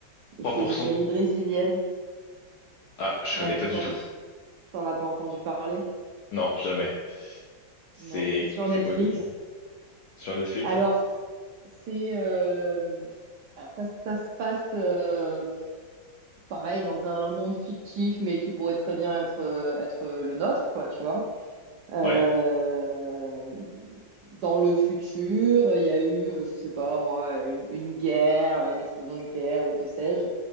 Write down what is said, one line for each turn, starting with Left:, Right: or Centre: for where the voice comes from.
Right: et
Left: trois
Right: c'est
Left: pour
Right: une
Left: cent.
Right: série brésilienne.
Left: Ah, je
Right: Ouais,
Left: connais pas du
Right: t'en
Left: tout.
Right: t'en as pas entendu parler?
Left: Non, jamais. C'est
Right: Non, c'est sur
Left: c'est
Right: Netflix.
Left: quoi exactement? Sur Netflix?
Right: Alors,
Left: Ouais,
Right: c'est euh, alors ça, ça se passe euh, pareil dans un monde fictif, mais qui pourrait très bien être euh, être le nôtre, quoi, tu vois. Euh,
Left: Ouais,
Right: euh, dans le futur, il y a eu, euh, je sais pas moi, une, une guerre, une explosion nucléaire ou que sais-je,